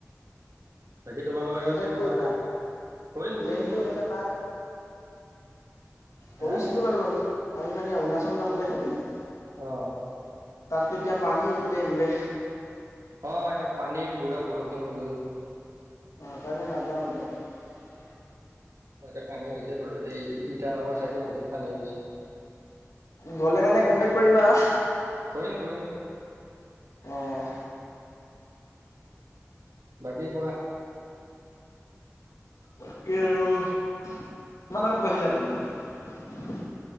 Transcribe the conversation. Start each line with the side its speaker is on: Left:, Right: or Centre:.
Right: বাকী তোমালোকৰ
Left: কণ্টেক
Right: কিবা প্লেন
Left: কৰিবা
Right: হোৱা নাই? কৰিম
Left: প্লেনটো
Right: কৰিম কিয় নকৰিম
Left: এনেকে নাই।
Right: হা
Left: কৰিছিলো বাৰু আমি আমি মানে অৰুণাচল যাম বুলি ভাবিলো
Right: অ
Left: তাতো এতিয়া পানী গোটেই বোলে।
Right: অ এতিয়া পানী বুঢ়া বৰষুণ হৈ গ'ল।
Left: সেইকাৰণে নাজওঁ তাত
Right: তাতে পানী হৈছে বাৰু এ ইটানগৰ চাইডে বহুত পানী হৈছে।
Left: গলে মানে কনটেক কৰিবা।
Right: কৰিম কৰিম
Left: অ',
Right: বাকী কোৱা
Left: বাকী আৰু কিমান লৈকে পঢ়িলা তুমি